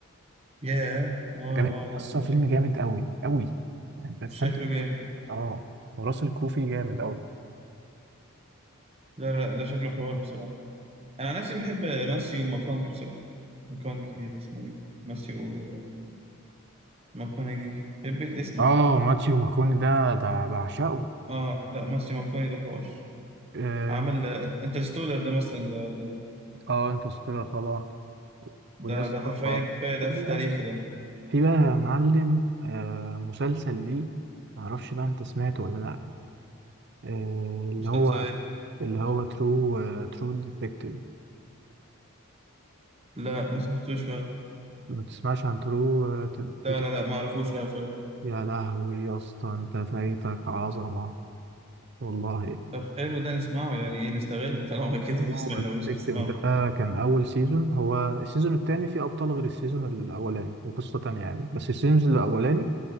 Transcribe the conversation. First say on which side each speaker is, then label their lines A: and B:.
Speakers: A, on the right; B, on the right.
A: ياه اه
B: جامد
A: اه لا
B: اصلا
A: ده
B: فيلم
A: شكله
B: جامد قوي قوي يعني انت هتستمتع
A: شكله
B: بيه.
A: جامد
B: اه وراسل كرو فيه جامد قوي
A: لا لا لا شكله حوار بصراحة أنا عن نفسي بحب ماسيو ماكونجي بصراحة ماكونجي ده اسمه إيه ده ماسيو ماكونجي بيت اسمك
B: اه ماتيو ماكوني ده ده بعشقه
A: آه لا ماسيو ماكوني ده حوار
B: اه
A: عمل آه، انترستولر ده مثلا ده ده
B: آه، انترستيلر طبعا
A: ده,
B: ويا اسطى
A: ده حرفيا
B: آه،
A: كفاية ده
B: في بقى
A: في تاريخه ده
B: في بقى يا معلم آه مسلسل ليه معرفش بقى انت سمعته ولا لا آه اللي
A: مسلسل
B: هو
A: إيه؟
B: اللي هو ترو ترو ديتكتيف
A: لا ما سمعتوش فعلا
B: ما تسمعش عن ترو تدتك
A: لا لا لا ما أعرفوش لا فعلا
B: يا لهوي يا اسطى انت فايتك عظمة والله
A: طب حلو ده نسمعه يعني إيه نستغل طالما <laughs> كده
B: ترو
A: ما سمعناهوش
B: ديتكتيف
A: نسمعه
B: ده كان أول سيزون هو السيزون التاني فيه أبطال غير السيزون الأولاني وقصة تانية يعني بس السيزون الأولاني